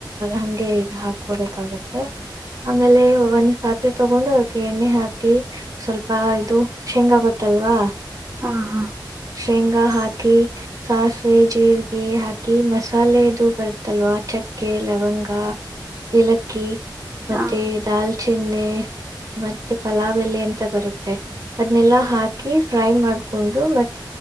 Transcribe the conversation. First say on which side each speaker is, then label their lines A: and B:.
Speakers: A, on the right; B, on the right.
A: ಹಂಗೆ ಹಾಕಕೋಬೇಕಾಗತ್ತೆ ಆಮೇಲೆ ಒಂದ್ ಪಾತ್ರೆ ತಗೊಂಡು ಅದಕ್ಕೆ ಎಣ್ಣೆ ಹಾಕಿ ಸ್ವಲ್ಪ ಇದು ಶೇಂಗ ಆಗತ್ತೆ ತಲ್ವಾ
B: ಹಾಂ ಹಾಂ
A: ಶೇಂಗಾ ಹಾಕಿ ಸಾಸಿವೆ ಜೀರಿಗೆ ಹಾಕಿ ಮಸಾಲೆದು ಬರ್ತಲ್ ಚಕ್ಕೆ ಲವಂಗ ಏಲಕ್ಕಿ
B: ಹಾ
A: ಮತ್ತೆ ದಾಲ್ಚಿ ಏಣ್ಣೆ ಮತ್ತೆ ಪಲಾವ್ ಎಲೆ ಅಂತ ಬರುತ್ತೆ ಅದನೆಲ್ಲಾ ಹಾಕಿ ಫ್ರೈ ಮಾಡ್ಕೊಂಡು ಮತ್ತೆ